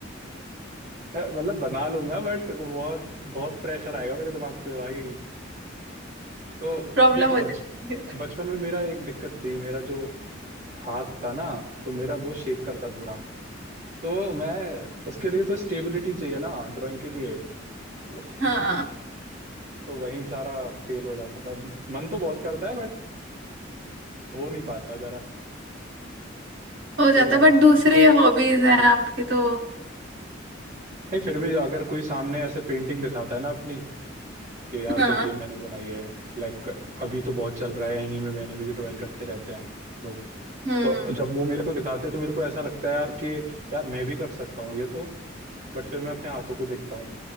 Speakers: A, on the right (about 45°); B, on the right (about 85°).
A: मतलब बना लूंगा बट बहुत बहुत प्रेशर आएगा मेरे दिमाग पे भाई तो
B: प्रॉब्लम
A: नहीं
B: <laughs> हो
A: बच
B: जाती है
A: बचपन में मेरा एक दिक्कत थी मेरा जो हाथ था ना तो मेरा वो शेक करता थोड़ा तो मैं उसके लिए तो स्टेबिलिटी चाहिए ना ड्राइंग के लिए तो <laughs>
B: हाँ हाँ,
A: तो वहीं सारा फेल हो जाता था मन तो बहुत करता है बट हो नहीं पाता जरा
B: हो
A: कोई
B: जाता
A: बात
B: है बट
A: नहीं
B: दूसरी
A: but-
B: हॉबीज है आपकी तो
A: नहीं फिर भी अगर कोई सामने ऐसे पेंटिंग दिखाता है ना अपनी कि यार
B: हाँ
A: देखिए मैंने बनाई है लाइक अभी तो बहुत चल रहा है एनीमे एनीमे की ड्राइंग करते रहते हैं लोग
B: हम्म
A: तो जब वो मेरे को दिखाते हैं तो मेरे को ऐसा लगता है यार कि यार मैं भी कर सकता हूँ ये तो बट फिर मैं अपने हाथों को देखता हूँ